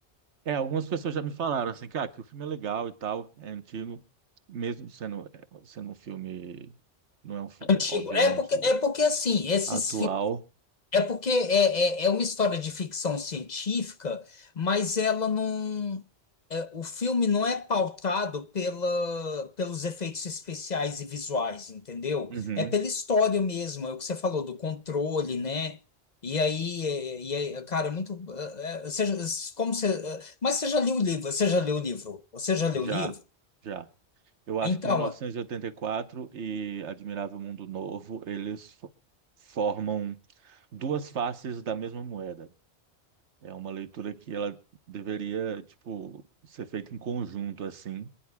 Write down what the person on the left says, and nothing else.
Antigo.
É porque é porque assim, esses
É porque é, é, é uma história de ficção científica, mas ela não. é, o filme não é pautado pela, pelos efeitos especiais e visuais, entendeu?
É pela história mesmo, é o que você falou do controle, né? E aí, é- e aí, cara, é muito. é, é, você já- como você, é, mas você já leu o livro? Você já leu o livro? Você já leu
o livro?
Então,
é-